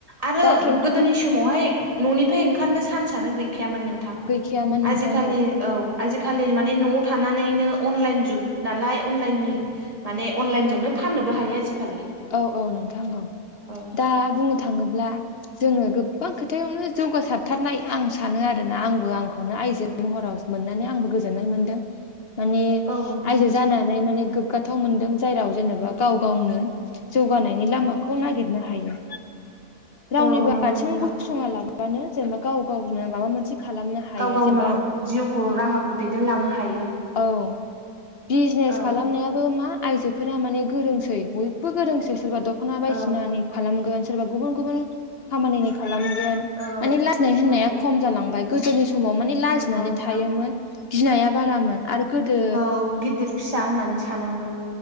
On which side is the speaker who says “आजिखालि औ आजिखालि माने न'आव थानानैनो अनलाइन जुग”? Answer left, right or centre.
Right